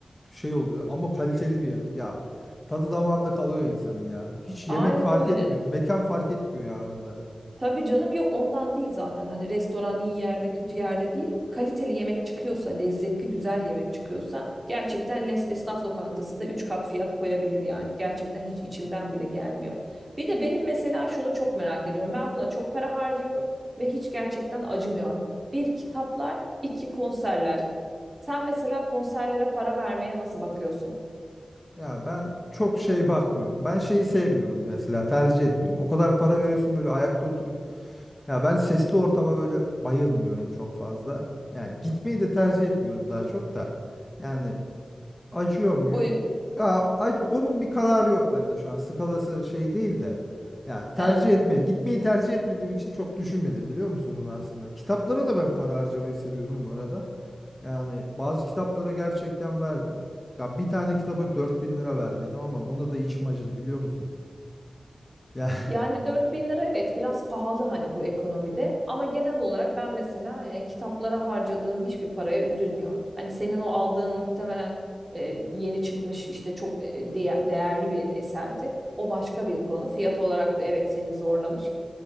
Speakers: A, on the left; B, on the right.
A: şey oluyor ama kaliteli bir yemek. Ya tadı damağında kalıyor insanın ya. Hiç yemek
B: aynen
A: fark
B: öyle.
A: etmiyor. Mekan fark etmiyor ya orada.
B: Tabii canım yok ondan değil zaten. Hani restoran iyi yerde kötü yerde değil. Kaliteli yemek çıkıyorsa, lezzetli güzel yemek çıkıyorsa gerçekten les- esnaf lokantası da 3 kat fiyat koyabilir yani. Gerçekten hiç içimden bile gelmiyor. Bir de benim mesela şunu çok merak ediyorum. Ben buna çok para harcıyorum ve hiç gerçekten acımıyorum. Bir kitaplar, iki konserler. Sen mesela konserlere para vermeye nasıl bakıyorsun?
A: Ya ben çok şey bakmıyorum. Ben şeyi sevmiyorum mesela tercih etmiyorum. O kadar para veriyorsun böyle ayakta oturup ya ben sesli ortama böyle bayılmıyorum çok fazla. Yani gitmeyi de tercih etmiyorum daha çok da. Yani acıyor muyum?
B: O
A: Ya ac- onun bir kararı yok bende şu an. Skalası şey değil de. Ya tercih
B: yüzden
A: etme, gitmeyi tercih etmediğim için çok düşünmedim biliyor musun bunu aslında. Kitaplara da ben para harcamayı seviyorum bu arada. Yani bazı kitaplara gerçekten verdim. Ya bir tane kitaba 4000 lira verdiydim ama ona da içim acıdı biliyor musun? Ya
B: Yani 4000 lira evet biraz pahalı hani bu ekonomide ama genel olarak ben mesela e, kitaplara harcadığım hiçbir paraya üzülmüyorum. Hani senin o aldığın muhtemelen e, yeni çıkmış işte çok e, diye- değerli bir eserdi. O başka bir konu. Fiyat olarak da evet seni zorlamış.